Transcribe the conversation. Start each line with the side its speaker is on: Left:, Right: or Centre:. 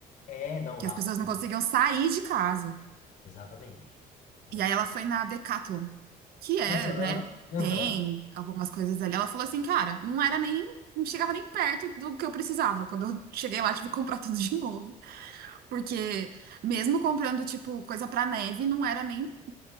Left: É, não,
Right: que
Left: lá,
Right: as pessoas
Left: tá.
Right: não conseguiam sair de casa.
Left: Exatamente. Exatamente.
Right: E aí ela foi na Decathlon, que é,
Left: Aham,
Right: né,
Left: aham.
Right: tem algumas coisas ali. Ela falou assim, cara, não era nem, não chegava nem perto do que eu precisava. Quando eu cheguei lá, tive que comprar tudo de novo. Porque mesmo comprando, tipo, coisa pra neve, não era nem,